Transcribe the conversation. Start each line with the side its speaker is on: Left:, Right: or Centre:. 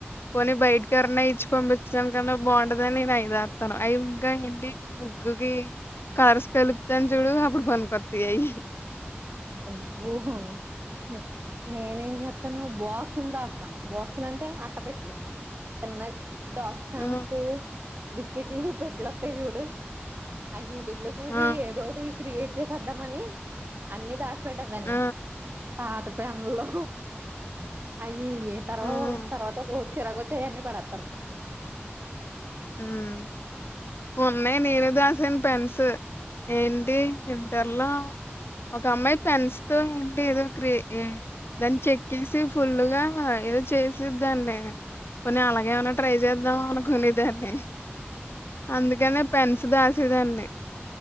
Left: పోని బయటకి ఎవరన ఇచ్చి పంపించినుకన్నా బాగుంటదని నేను ఐదతాను అ ఇంకా ఏంటి ముగ్గుకి కారస్ కలిపుతన్ చూడు అపుడు పనికొస్తాయి అయి
Right: అబ్బో లె నేనేం చెత్తాను బాక్సులు దాతాను బాక్సులు అంటే అట్ట పెట్లు చిన్న డార్క్ ఫాంటసీ
Left: హ్మ్.
Right: బిస్కట్లు భెట్ల వస్తాయి చూడు ఐ యూట్యూబులో చూసి
Left: ఆ!
Right: ఏదోటి క్రియేట్ చేసద్దాం అని అన్ని దాసి పెట్టే దాన్ని
Left: ఆ!
Right: పాత పెన్నులు అవి ఏ తెరవవు
Left: హ్మ్.
Right: తర్వాత ఒక రోజు చిరగా వచ్చయన్ని పడేస్తాను
Left: మ్ ఉన్నాయి నీరదాన్సు పెన్సు ఏ అది ఇంటర్ లో ఒక అమ్మాయి పెన్స్ తో ఏంటి ఏదో క్రెట్ ఏ దాన్ని చెక్కేసి ఫుల్లుగా ఏదో చేసేదాన్ని పోనీ అలాగే ఏమైనా ట్రై చేద్దాం కొనేదాన్ని అందుకనే పెన్స్ దాసేదాన్ని